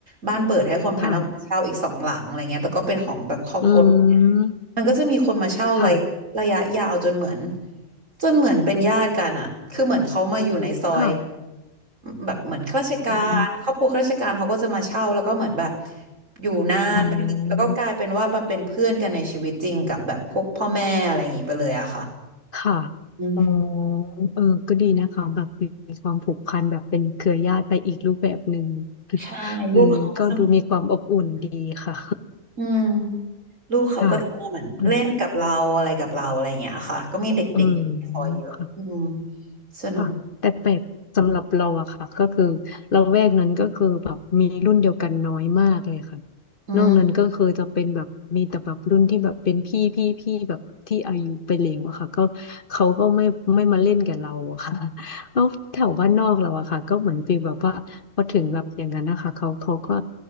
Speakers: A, on the right (about 80°); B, on the left (about 45°).
A: บ้านเปิดให้คนภายนอกมาเช่าอีกสองหลังอะไรเงี้ยแต่ก็เป็นของแบบครอบครัว
B: ค่ะอืม
A: มันก็จะมีคนมาเช่าระยะระยะยาวจนเหมือน
B: ค่ะ
A: จนเหมือนเป็นญาติกันอ่ะคือเหมือนเขามาอยู่ในซอย
B: ค่ะ
A: แบบเหมือนข้าราชการครอบครัวข้าราชการเขาก็จะมาเช่าแล้วก็เหมือนแบบ
B: อืม
A: อยู่นานไปเลยแล้วก็กลายเป็นว่ามาเป็นเพื่อนกันในชีวิตจริงกับแบบพวกพ่อแม่อะไรอย่างงี้ไปเลยอะค่ะ
B: อ๋อค่ะ
A: อืม
B: เออเออก็ดีนะคะแบบมีความผูกพันแบบเป็นเครือญาติไปอีกรูปแบบหนึ่ง <laughs>
A: ใช่ลูกเขาก็จะ
B: เออก็ดูมีความอบอุ่นดีค่ะ
A: อืม ลูกเขาก็จะเหมือนเล่นกับเราอะไรกับเราอะไรอย่างเงี้ยค่ะก็มีเด็กๆคอยเยอะอืม
B: <laughs> ค่ะ อืมเออค่ะ
A: สนุก
B: ค่ะแต่แปลกสำหรับเราอะค่ะก็คือเราแวกนั้นก็คือแบบมีรุ่นเดียวกันน้อยมากเลยค่ะ
A: อืม
B: นอกนั้นก็คือจะเป็นแบบมีแต่แบบรุ่นที่แบบเป็นพี่พี่พี่แบบที่อายุไปแล้วอะค่ะก็เขาก็ไม่ไม่มาเล่นกับเราอะค่ะ <laughs> แล้วแถวบ้านนอกเราอะค่ะก็เหมือนฟีลแบบว่าพอถึงแบบอย่างนั้นนะคะเขาเขาก็